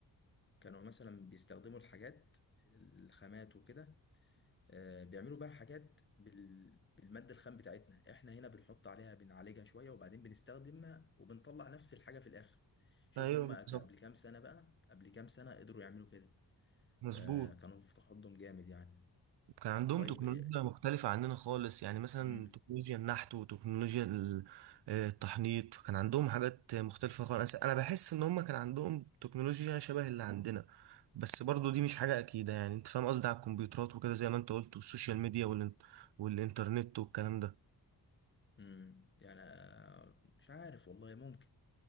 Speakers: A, on the left; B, on the right.
A: كانوا مثلا بيستخدموا الحاجات الخامات وكده آه، بيعملوا بقى حاجات بال... بالمادة الخام بتاعتنا احنا هنا بنحط عليها بنعالجها شوية وبعدين بنستخدمها وبنطلع نفس الحاجة في الآخر شوف
B: ايوه
A: هم
B: بالظبط
A: ك- قبل كام سنة بقى قبل كام سنة قدروا يعملوا كده
B: مظبوط
A: فكانوا في تقدم جامد يعني
B: كان عندهم
A: طيب
B: تكنولوجيا
A: إيه؟
B: مختلفة عننا خالص يعني مثلا
A: مم.
B: تكنولوجيا النحت وتكنولوجيا ال- آه، التحنيط كان عندهم حاجات مختلفة خالص أنا بحس إن هم كان عندهم تكنولوجيا شبه اللي عندنا بس برضو دي مش حاجة أكيدة يعني أنت فاهم قصدي على الكمبيوترات وكده زي ما أنت قلت والسوشيال ميديا والإن- والإنترنت والكلام ده
A: مم. يعني آه، مش عارف والله ممكن